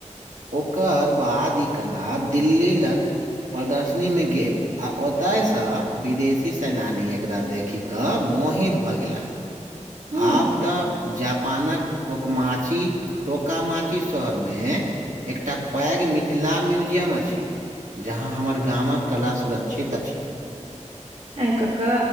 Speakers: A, on the right; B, on the right.
A: ओकर बाद ई कला दिल्ली लक प्रदर्शनी मे गेल आ ओतयसँ विदेशी सैलानी एकरा देखि कऽ मोहित भऽ गेलाह
B: हम्म
A: आब तऽ जापानक टोकमाची टोकामाची शहर मे एकटा पैघ मिथिला म्यूजियम अछि। जहाँ हमर गामक कला सुरक्षित अछि।
B: आइ कका